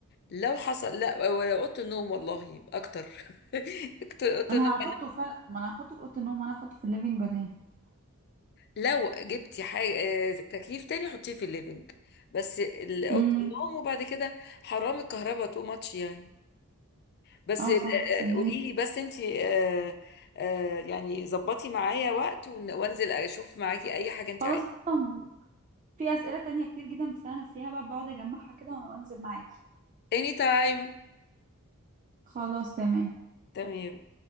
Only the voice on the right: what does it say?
أنا
هحطه فعلا ما أنا هحطه في أوضة النوم وأنا هحطه في الليفينج ولا إيه
أمم.
اه صح تصدقي
خلاص
أصلا في أسئلة تانية كتير جدا بس أنا ناسيها بقى بقعد أجمعها كده وأنا- وأنزل معاكي
خلاص تمام